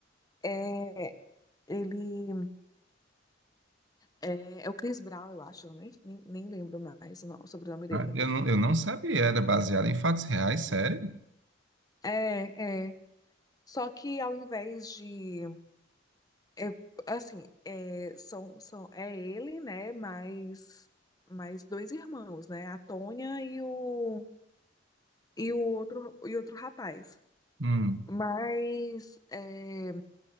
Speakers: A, on the left (about 20°); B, on the right (about 70°).
A: É, ele é, é o Chris Brown, eu acho, eu nem, nem, nem lembro mais o, no- o sobrenome dele.
B: Ah, eu não, eu não sabia. Era baseado em fatos reais, sério?
A: É, é. Só que ao invés de, é, assim, é, são, são, é ele, né, mais, mais dois irmãos, né, a Tônia e o, e o outro, e outro rapaz.
B: Hum,
A: Mas é,